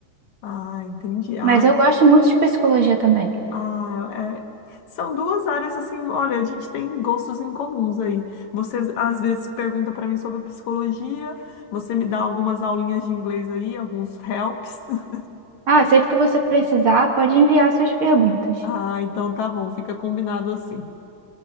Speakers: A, on the left; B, on the right.
A: Ah, entendi. Ah,
B: Mas eu gosto muito de psicologia também.
A: Ah, é- é, São duas áreas assim, olha, a gente tem gostos em comuns aí. Você às vezes pergunta para mim sobre psicologia, você me dá algumas aulinhas de inglês aí, alguns helps. <laughs>
B: Ah, sempre que você precisar, pode enviar suas perguntas.
A: Ah, então tá bom, fica combinado assim.